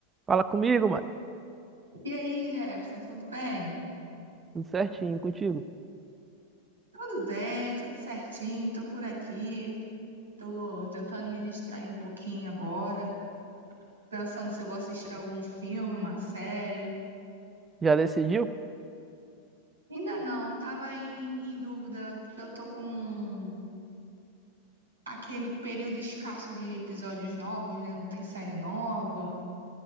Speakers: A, on the right (about 20°); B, on the right (about 75°).
A: Fala comigo, mano.
B: E aí, Jefferson, tudo bem?
A: Tudo certinho contigo?
B: Tudo bem, tudo certinho, tô por aqui, tô tentando me distrair um pouquinho agora, pensando se eu vou assistir algum filme, uma série.
A: Já decidiu?
B: Ainda não, tava em, em dúvida, porque eu tô com aquele período escasso de episódios novos, né? Não tem série nova.